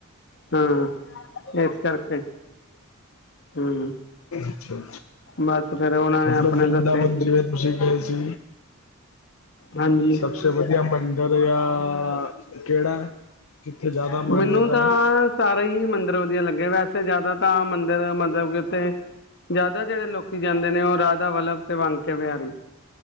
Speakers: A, on the left; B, on the left.
A: ਹਾਂ, ਇਸ ਕਰਕੇ, ਹਾਂ,
B: ਅੱਛਾ ਅੱਛਾ
A: ਬਸ। ਫੇਰ ਉਹਨਾਂ ਨੇ
B: ਮਤਲਬ
A: ਆਪਣੇ
B: ਵਰਿੰਦਾਵਨ
A: ਦੱਸੇ ਸੀ
B: ਜਿਵੇਂ ਤੁਸੀਂ ਗਏ ਸੀ,
A: ਹਾਂਜੀ
B: ਸਬਸੇ ਵਧੀਆ ਮੰਦਿਰ ਆ, ਕਿਹੜਾ? ਇੱਥੇ ਜ਼ਿਆਦਾ
A: ਮੈਨੂੰ
B: ਮਾਨਤਾ
A: ਤਾਂ ਸਾਰੇ ਮੰਦਿਰ ਵਧੀਆ ਲੱਗੇ ਵੈਸੇ ਜ਼ਿਆਦਾ ਤਾਂ ਮੰਦਿਰ ਮਤਲਬ ਕਿ ਉੱਥੇ ਜ਼ਿਆਦਾ ਜਿਹੜੇ ਲੋਕੀ ਜਾਂਦੇ ਨੇ ਉਹ ਰਾਧਾ ਵੱਲਭ ਤੇ ਵਾਂਕੇ ਵਿਹਾਰੀ